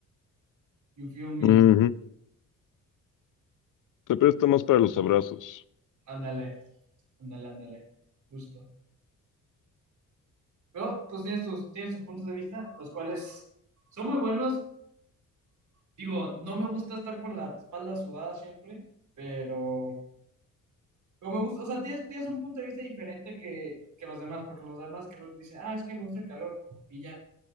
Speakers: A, on the right; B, on the left.
A: You feel me.
B: Ujú. Se presta más para los abrazos.
A: Ándale, ándale, ándale. Justo. Pero, pues tienes tus, tienes tus puntos de vista, los cuales son muy buenos. Digo, no me gusta estar con la espalda sudada siempre, pero, pero me gusta, o sea, tienes, tienes un punto de vista diferente que, que los demás, porque los demás que los dicen, ah, es que me gusta el calor, y ya.